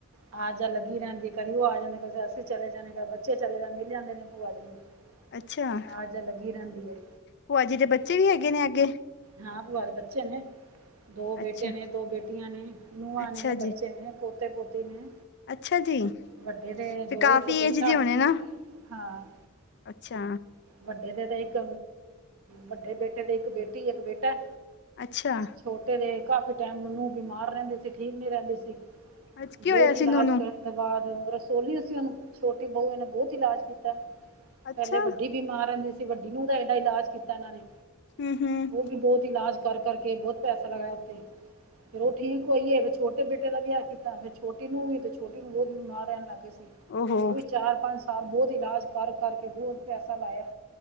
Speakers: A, on the right; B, on the left.
A: ਆ ਜਾਂ ਲੱਗੀ ਰਹਿੰਦੀ ਹੈ। ਕਦੀ ਉਹ ਆ ਜਾਂਦੇ ਕਦੇ ਫਿਰ ਅਸੀਂ ਚਲੇ ਜਾਂਦੇ। ਕਦੇ ਬੱਚੇ ਚਲੇ ਜਾਂਦੇ ਮਿਲ ਜਾਂਦੇ ਨੇ ਭੂਆ ਜੀ। <unintelligible>
B: ਅੱਛਾ
A: ਆ ਜਾ ਲੱਗੀ ਰਹਿੰਦੀ ਹੈ
B: ਭੂਆ ਜੀ ਦੇ ਬੱਚੇ ਵੀ ਹੈਗੇ ਨੇ ਅੱਗੇ
A: ਹਾਂ ਭੂਆ ਦੇ ਬੱਚੇ ਨੇ ਦੋ ਬੇਟੇ
B: ਅੱਛਾ
A: ਨੇ ਦੋ ਬੇਟੀਆਂ ਨੇ ਨੂੰਹਾਂ
B: ਅੱਛਾ
A: ਨੇ
B: ਜੀ
A: ਬੱਚੇ ਨੇ ਪੋਤੇ ਪੋਤੀ ਨੇ
B: ਅੱਛਾ ਜੀ
A: ਵੱਡੇ ਦੇ
B: ਫਿਰ
A: ਦੋ
B: ਕਾਫ਼ੀ
A: ਇੱਕ ਬੇਟਾ
B: ਏਜ ਦੇ ਹੋਣੇ
A: ਇੱਕ
B: ਨਾ
A: ਬੇਟੀ ਹਾਂ
B: ਅੱਛਾ
A: ਵੱਡੇ ਦੇ ਤੇ ਇੱਕ ਵੱਡੇ ਬੇਟੇ ਦੇ ਇੱਕ ਬੇਟੀ ਇੱਕ ਬੇਟਾ
B: ਅੱਛਾ
A: ਛੋਟੇ ਦੇ ਕਾਫੀ ਟਾਈਮ ਨੂੰਹ ਬਿਮਾਰ ਰਹਿੰਦੀ ਸੀ ਠੀਕ ਨੀ ਰਹਿੰਦੀ ਸੀ
B: ਅੱਜ ਕੀ
A: ਬਹੁਤ
B: ਹੋਇਆ
A: ਇਲਾਜ
B: ਸੀ ਨੂੰਨੂੰ
A: ਕਰਨ ਬਾਅਦ ਰਸੋਲੀਆ ਸੀ ਉਹਨੂੰ ਛੋਟੀ ਬਹੁੂਆ ਨੇ ਬਹੁਤ ਇਲਾਜ ਕੀਤਾ
B: ਅੱਛਾ
A: ਪਹਿਲੇ ਵੱਡੀ ਬਿਮਾਰ ਰਹਿੰਦੀ ਸੀ ਵੱਡੀ ਨੂੰਹ ਦਾ ਏਡਾ ਇਲਾਜ ਕੀਤਾ ਇਹਨਾਂ ਨੇ
B: ਹੂੰ ਹੂੰ
A: ਉਹ ਵੀ ਬਹੁਤ ਇਲਾਜ ਕਰ ਕਰਕੇ ਬਹੁਤ ਪੈਸਾ ਲਗਾਇਆ ਉਤੇ ਫੇਰ ਉਹ ਠੀਕ ਹੋਈਏ ਫਿਰ ਛੋਟੇ ਬੇਟੇ ਦਾ ਵਿਆਹ ਕੀਤਾ। ਫੇਰ ਛੋਟੀ ਨੂੰਹ ਵੀ ਤੇ ਛੋਟੀ ਨੂੰਹ ਵੀ ਬਹੁਤ ਬਿਮਾਰ ਰਹਿਣ ਲੱਗ ਗਏ ਸੀ।
B: ਓਹੋ
A: ਉਹ ਵੀ ਚਾਰ ਪੰਜ ਸਾਲ ਬਹੁਤ ਇਲਾਜ ਕਰ ਕਰਕੇ ਬਹੁਤ ਪੈਸਾ ਲਾਇਆ